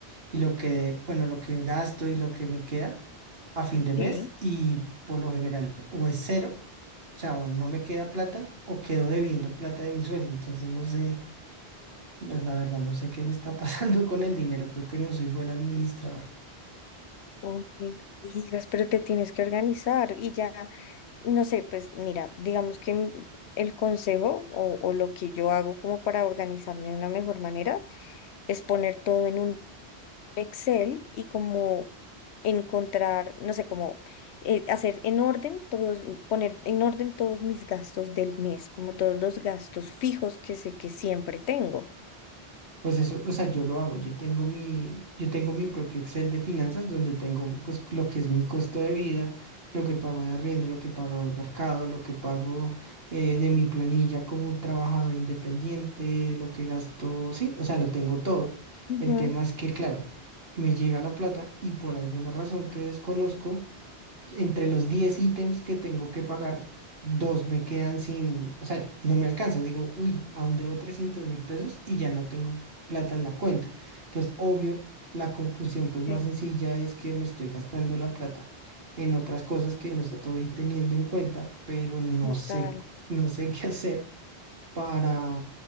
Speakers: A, on the right; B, on the left.
A: y lo que, bueno, lo que gasto y lo que me queda a fin de mes
B: Sí,
A: y por lo general o es cero, o sea, o no me queda plata o quedo debiendo plata de mi sueldo, entonces no sé, pues la verdad no sé qué me está <laughs> pasando con el dinero, creo que no soy buen administrador.
B: Oh, no digas, pero te tienes que organizar y ya, no sé, pues mira, digamos que m- el consejo o, o lo que yo hago como para organizarme de una mejor manera es poner todo en un Excel y como encontrar, no sé, como eh, hacer en orden todos, poner en orden todos mis gastos del mes, como todos los gastos fijos que sé que siempre tengo.
A: Pues eso, o sea, yo lo hago, yo tengo mi, yo tengo mi propio Excel de finanzas donde tengo pues lo que es mi costo de vida, lo que pago de arriendo, lo que pago de mercado, lo que pago eh, de mi planilla como trabajador independiente, lo que gasto, sí, o sea, lo tengo todo.
B: Ujú,
A: El tema es que, claro, me llega la plata y por alguna razón que desconozco, entre los 10 ítems que tengo que pagar, dos me quedan sin, o sea, no me alcanza. Digo, uy, aún debo trescientos mil pesos y ya no tengo plata en la cuenta. Entonces, obvio, la conclusión pues más
B: Sí,
A: sencilla es que me estoy gastando la plata en otras cosas que no estoy teniendo en cuenta, pero no
B: total.
A: sé, no sé <laughs> qué hacer para,